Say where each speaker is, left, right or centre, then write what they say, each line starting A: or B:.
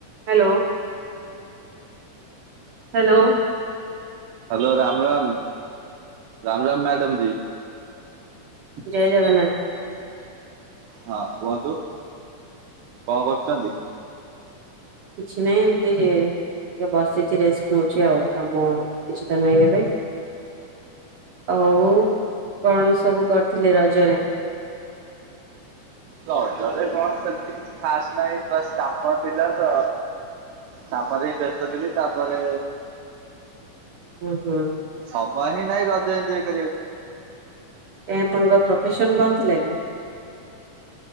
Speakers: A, on the right (about 60°); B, on the right (about 75°).
A: Hello. Hello.
B: Hello Ram Ram Ram Ram madam ji.
A: ଜୟ ଜଗନ୍ନାଥ।
B: ହଁ କୁହନ୍ତୁ କଣ କରୁଛନ୍ତି?
A: କିଛି ନାହିଁ ଏମିତି ଯେ ଟ ବସିଛି ରେଷ୍ଟ ନଉଛି ଆଉ କାମ କିଛି ତ ନାହିଁ ଏବେ ଆଉ କଣ ସବୁ କରିଥିଲେ ରଜରେ?
B: କଣ ସେ କିଛି ଖାସ ନାହିଁ ବାସ୍ କାମ ଥିଲା ତ ତାପରେ ହିଁ ବ୍ୟସ୍ତ ଥିଲି ତାପରେ
A: ହୁଁ ହୁଁ
B: ସମୟ ହିଁ ନାହିଁ ରଜ ଏନଞଜୟ କରିବାକୁ।
A: ଆପଣଙ୍କ ପ୍ରଫେସନ କଣ ଥିଲା କି?